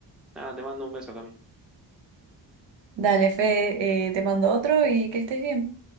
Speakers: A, in the centre; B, on the right.
A: Nada, te mando un beso, Cami.
B: Dale, Fe, eh, te mando otro y que estés bien.